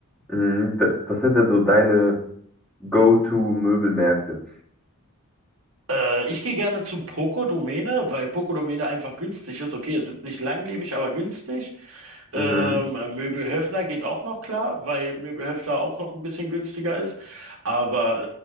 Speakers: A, in the centre; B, on the right.
A: Mhm. W- Was sind denn so deine Go-to-Möbelmärkte?
B: Äh, ich gehe gerne zu Poco Domäne, weil Poco Domäne einfach günstig ist. Okay, es ist nicht langlebig, aber günstig. Ähm,
A: Mhm.
B: Möbelhöfner geht auch noch klar, weil Möbelhöfner auch noch ein bisschen günstiger ist. Aber